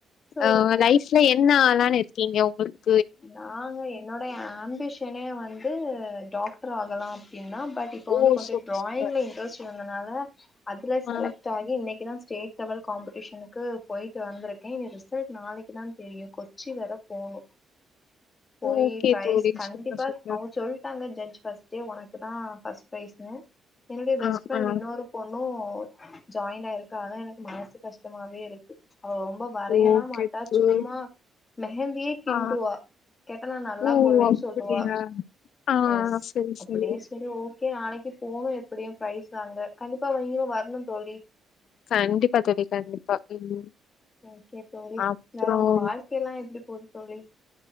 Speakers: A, on the left; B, on the left.
A: சொல்லுங்க
B: அ லைஃப்ல என்ன ஆளான்னு இருக்கீங்க உங்ளுக்கு
A: நாங்க என்னோடைய ஆம்பிஷனே வந்து டாக்டர் ஆகலாம் அப்டினா பட் இப்ப வந்து
B: ஓ
A: கொஞ்சோ
B: சூப்பர்
A: டிராயிங்ல
B: சூப்பர்
A: இன்ட்ரெஸ்ட் இருந்தனால அதுல செலக்ட்
B: ஆ
A: ஆகி இன்னைக்குதா ஸ்டேட் லெவல் காம்பிடிஷனுக்கு போயிட்டு வந்திருக்கே ரிசல்ட் நாளைக்கு தா தெரியு கொச்சி வேர போணும் போயி
B: ஓகே
A: ப்ரைஸ்
B: தோழி
A: கண்டிப்பா
B: சூப்பர் சூப்பர்
A: அவுங்க சொல்ட்டாங்க ஜட்ஜ் ஃபஸ்ட் உனக்கு தா ஃபர்ஸ்ட் பிரைஸுனு என்னுடைய பெஸ்ட்
B: ஆ
A: ஃப்ரெண்டு
B: ஆ
A: இன்னொரு பொண்ணு ஜாயிண்ட் ஆயிருக்கா அதா எனக்கு மனசு கஷ்டமாவே இருக்கு அவா ரொம்ப வரையலா
B: ஓகே
A: மாட்டா
B: தோழி
A: சும்மா மெஹந்தியே கிண்டுவா
B: ஆ
A: கேட்டா நா நல்லா
B: ஓ
A: போடுவே
B: அப்டியா
A: சொல்லுவா
B: ஆ
A: எஸ்
B: சரி, சரி.
A: அப்டி செரி ஓகே நாளைக்கு போவோ எப்டியு ப்ரைஸ் வாங்க கண்டிப்பா நீங்களு வரணு தோழி
B: கண்டிப்பா தோழி கண்டிப்பா ம்
A: ஓகே தோழி
B: அப்புறம்
A: வேற உங்க வாழ்க்கை எல்லா எப்டி போகுது தோழி